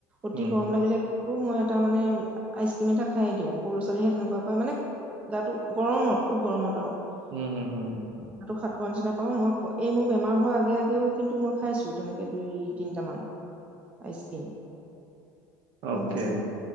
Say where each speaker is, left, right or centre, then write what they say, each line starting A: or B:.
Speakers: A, on the right; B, on the right.
A: অতি
B: উম
A: গৰম লাগিলে মই এটা মানে আইচ ক্ৰীম এটা খাই দিওঁ সৰু ল' ছোৱালীহে তেনেকুৱা কয় মানে গাটো গৰমত খুব গৰমত আও
B: উম হম হম
A: <unintelligible> সৰু নিচিনাই পাঁও মই এই মোৰ বেমাৰ হোৱাৰ আগে আগেও কিন্তু মই খাইছো তেনেকে দুই তিনিটামান আইচক্ৰীম গম
B: অকে
A: পাইছা নে